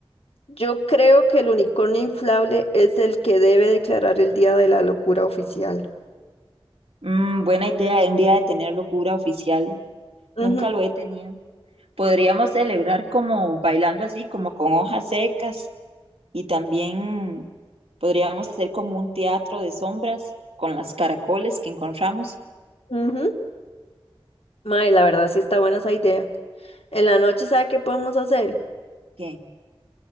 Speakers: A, on the left (about 75°); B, on the right (about 80°).
A: yo creo que el unicornio inflable es el que debe declarar el día de la locura oficial.
B: Mm, buena idea, un día de tener locura oficial.
A: Ujú,
B: Nunca lo he tenido. Podríamos celebrar como bailando así, como con hojas secas y también podríamos hacer como un teatro de sombras con las caracoles que encontramos.
A: ujú. Mae, la verdad sí está buena esa idea. En la noche, ¿sabe qué podemos hacer?
B: ¿Qué?